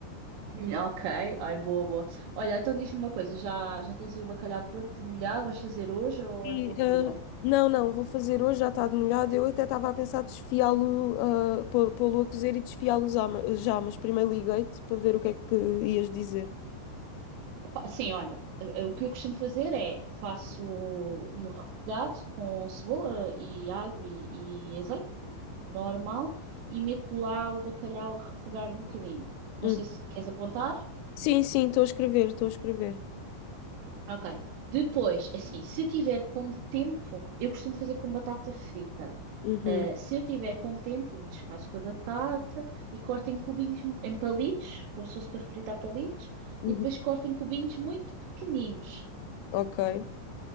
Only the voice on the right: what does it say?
Hum, Ok, olha, boa, boa. Olha, então diz-me uma coisa, já, já tens aí o bacalhau pronto, molhado, vais fazer hoje ou
é para outro
dia?
Pá, Sim, olha, eu- eu- o que eu costumo fazer é faço um refogado com cebola e alho e, e azeite, um normal, e meto lá o bacalhau a refogar um bocadinho. Não
sei se queres apontar.
Ok. Depois, assim, se tiver com tempo, eu costumo fazer com batata frita.
Ah, se eu tiver com tempo, descasco a batata e corto em cubinhos, mu- em palitos, como se fosse para fritar palitos,
e depois corto em cubinhos muito pequeninos.